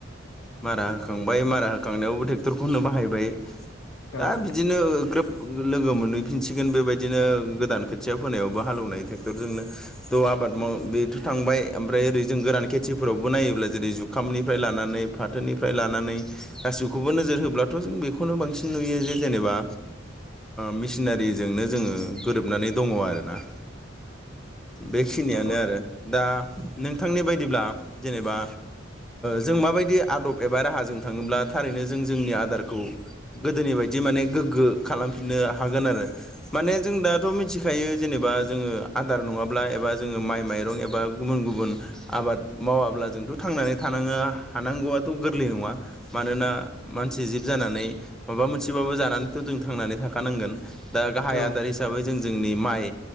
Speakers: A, in the centre; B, on the left.
A: मारा होखांबाय मारा होखांनायावबो ट्रेक्टरखौ होनो बाहायबाय
B: औ
A: दा
B: उम
A: बिदिनो ग्रोब लोगो मोनहैफिनसिगोन बेबायदिनो गोदान खोथिया फोनायावबो हालौवनाय टेक्टफोरजोंनो थ' आबाद माव बेथ' थांबाय ओमफ्राय ओरै जों गोरान खेथिफोरावबो नायोब्ला जेरै जुखामनिफ्राय लानानै फाथोनिफ्राय लानानै गासिखौबो नोजोर होब्लाथ' जों बेखौनो बांसिन नुयो जे जेनेबा मेसिनारिजोंनो जोङो गोरोबनानै दङ आरोना। बेखिनियानो
B: नंगौ नंगौ
A: आरो दा नोंथांनि बायदिब्ला जेनेबा जों माबायदि आदब एबा राहाजों थाङोब्ला थारैनो जों जोंनि आदारखौ गोदोनि बायदि माने गोग्गो खालामफिननो हागोन आरो माने जों दाथ' मिथिखायो जेनेबा जोङो आदार नङाब्ला एबा जोङो माइ माइरं एबा गुबुन गुबुन आबाद मावाब्ला जोंथ' थांनानै थानाङा हानांगौआथ' गोरलै नङा मानोना मानसि जिब जानानै माबा मोनसेबाबो जानानैथ' जों थांनानै थाखानांगोन। दा गाहाय
B: औ
A: आदार हिसाबै जों जोंनि माइ